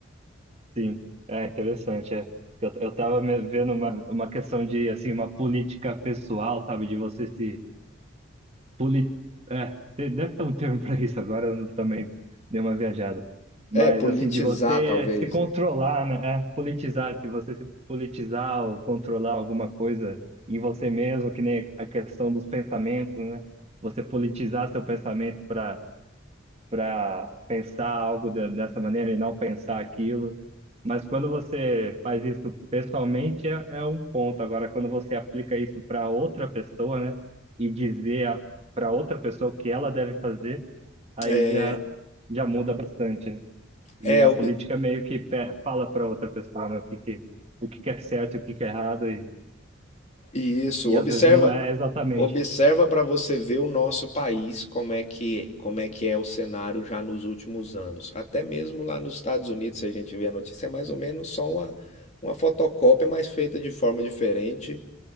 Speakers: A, on the right (about 30°); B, on the left (about 35°).
A: sim, é interessante. É. Eu, eu tava me- vendo uma, uma questão de, assim, uma política pessoal, sabe, de você se Poli... É, te- deve ter um termo <laughs> para isso, agora eu não- também dei uma viajada. Mas,
B: É, politizar
A: assim, de você
B: talvez,
A: se controlar,
B: né?
A: né? É, politizar, se você se politizar ou controlar alguma coisa em você mesmo, que nem a questão dos pensamentos, né? Você politizar seu pensamento para para pensar algo de- dessa maneira e não pensar aquilo. Mas quando você faz isso pessoalmente, é, é um ponto. Agora, quando você aplica isso para outra pessoa, né, e dizer para outra pessoa o que ela deve fazer, aí
B: É,
A: já, já muda bastante. né? E
B: é
A: a
B: ob-
A: política meio que pe- fala para outra pessoa, né, o que que, o que que é certo, o que que é errado, e,
B: Isso,
A: e
B: observa,
A: às vezes não é exatamente.
B: observa para você ver o nosso país, como é que, como é que é o cenário já nos últimos anos. Até mesmo lá nos Estados Unidos, se a gente vê a notícia, é mais ou menos só uma, uma fotocópia, mas feita de forma diferente